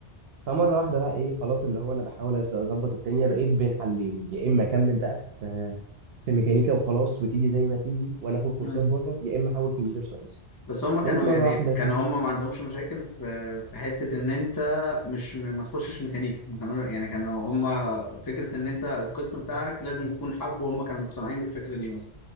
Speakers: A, on the right (about 70°); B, on the left (about 25°).
A: فمره واحده بقى ايه خلاص اللي هو انا بحاول أس- اظبط الدنيا بقيت بين حلين يا اما اكمل بقى في في ميكانيكا وخلاص وتيجي زي ما تيجي وانا اخد كورسات
B: مم.
A: بره يا اما احول كمبيوتر ساينس
B: بس هما كانوا
A: لقيت مره
B: يعني
A: واحده
B: كانوا
A: كده
B: هما ما عندهمش مشاكل في في حتة إن أنت مش ما تخشش ميكانيكا ما كانوا يعني كانوا هما فكرة إن أنت القسم بتاعك لازم يكون حب وهم كانوا مقتنعين بالفكرة دي مثلا